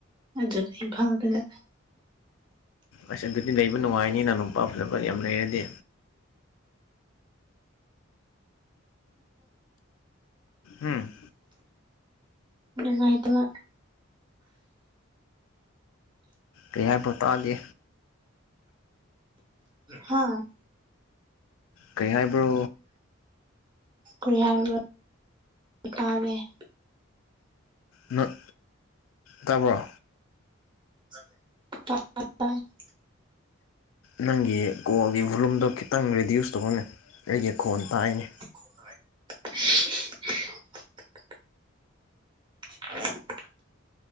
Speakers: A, on the right; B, on the left.
A: ꯑꯗꯨ ꯏꯝꯐꯥꯜꯗ
B: ꯑꯁ ꯑꯗꯨꯗꯤ ꯂꯩꯕ ꯅꯨꯡꯉꯥꯏꯅꯤꯅ ꯅꯨꯄꯥ ꯐꯖꯕ ꯌꯥꯝ ꯂꯩꯔꯗꯤ ꯎꯝ
A: ꯉꯥꯏꯇꯕ <inaudible>
B: ꯀꯌꯥꯕ ꯇꯥꯗ‌ꯦ
A: ꯍꯥ
B: ꯀꯩ ꯍꯥꯏꯕ꯭ꯔꯣ
A: ꯀꯔꯤꯍ ꯇꯥꯅꯦ <unintelligible>
B: ꯉꯛ ꯇꯕꯔꯣ꯫
A: <unintelligible>
B: ꯅꯪꯒꯤ ꯀꯣꯜꯒꯤ ꯚꯣꯂꯨꯝꯗꯣ ꯈꯤꯇꯪ ꯔꯤꯗ꯭ꯌꯨꯁ ꯇꯧꯑꯣꯅꯦ ꯑꯩꯒꯤ ꯈꯣꯟ ꯇꯥꯏꯅꯦ꯫
A: <unintelligible> <unintelligible>